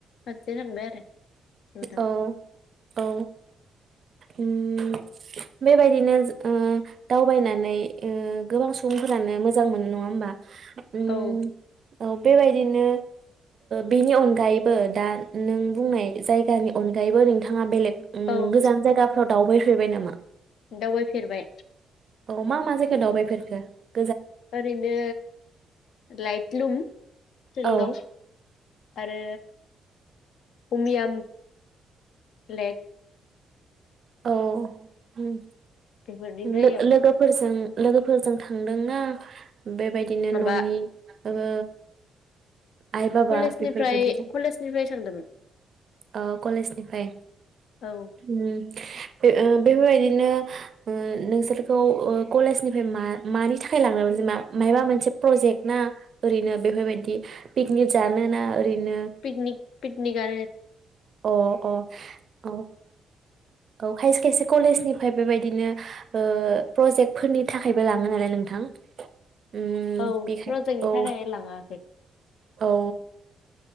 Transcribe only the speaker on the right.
औ औ। ओमबेबायदिनो ओ दावबायनानै गोबां सुबुंफोरानो मोजां मोनो नङा होमबा? उम
औ बेबायदिनो बेनि ओ अनगायैबो दा नों बुंनाय जाय <unintelligible> अनगायैबो नोंथाङा बेलेग ओम
गोजान जायगाफोराव दावबायफेरबाय नामा
औ मा मा जायगा दावबायफोरखो
औ
औ ओम
लो लोगोफोरजों लोगोफोरजों थांदोंना बेबायदिनो
न'नि ओ आइ बाबा
बेफोरबायदिजों
ओ कलेजनिफ्राय
ओम <unintelligible> बेफोरबायदिनो ओ नोंसोरखौ ओ कलेजनिफ्राय मा मानि थाखाय लांनो जा माबा मोनसे प्रजेक्ट ना ओरैनो बेफोरबायदि पिकनिक जानो ना ओरैनो
अ अ औ औ खायसे खायसे कलेजनिफ्राय बेबायदिनो ओ प्रजेक्ट फोरनि थाखायबो लाङोन आरो नोंथां उम
बेखाय
औ
औ